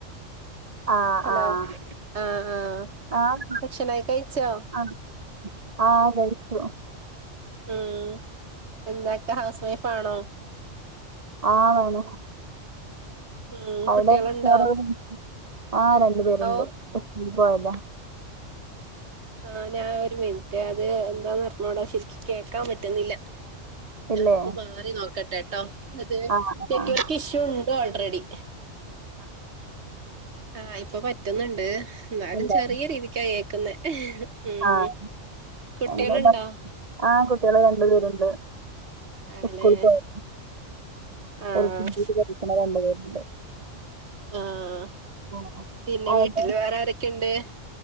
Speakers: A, on the right (about 30°); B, on the right (about 60°).
A: ആഹ്
B: ഹലോ
A: ആഹ്
B: ആഹ് ആഹ്
A: ആഹ്
B: ഭക്ഷണായ് കഴിച്ചോ
A: ആഹ് ആഹ് കഴിച്ചു
B: ഉം എന്താക്ക ഹൗസ് വൈഫാണോ
A: ആഹ് ആണു
B: ഉം
A: അവ്ടെ
B: കുട്ടികളുണ്ടോ
A: <unintelligible> ആഹ് രണ്ടു പേരുണ്ട്
B: ഓ
A: സ്കൂളി പോയതാ
B: ആഹ് ഞാ ഒരു മിനിറ്റേ അത് എന്താന്നറ്ഞ്ഞൂടാ ശരിക്കും കേൾക്കാ പറ്റുന്നില്ല ഞാനൊന്ന്
A: ഇല്ലേ
B: മാറി നോക്കട്ടേട്ടോ <unintelligible>
A: ആഹ്
B: നെറ്റ്‌വർക്ക്
A: ആഹ്
B: ഇഷ്യൂണ്ട് ഓൾറെഡി
A: ആഹ്
B: ആഹ് ഇപ്പൊ പറ്റ്ന്നുണ്ട് ന്നാലും
A: ഉണ്ട്
B: ചെറിയ രീതിക്കായേക്കുന്നേ ഉം
A: ആഹ്
B: കുട്ടിയള്ണ്ടോ?
A: എങ്ങനെ ബ ആഹ് കുട്ടിയള് രണ്ട് പേരുണ്ട്
B: ആണല്ലേ
A: സ്കൂളി പോയെ
B: ആഹ്
A: എൽ കെ ജിയില് പഠിക്ക്ണ രണ്ട് പേരുണ്ട്
B: ആഹ്
A: ആഹ്
B: പിന്നെ
A: അവിടെ
B: വീട്ടില് വേറെ ആരൊക്കെണ്ട്?